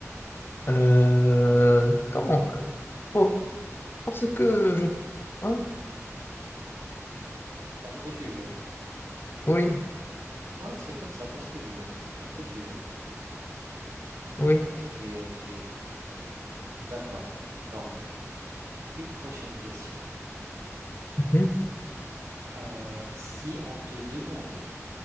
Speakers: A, on the left; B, on the right.
A: Euh, comment? euh, Pour- parce que je... hein
B: Parce que tu veux.
A: Oui,
B: Ouais, c'est comme ça, parce que je veux, parce que tu veux.
A: oui.
B: Ok, ok. D'accord. Donc, une prochaine question.
A: Mhm.
B: Euh, si on te demandait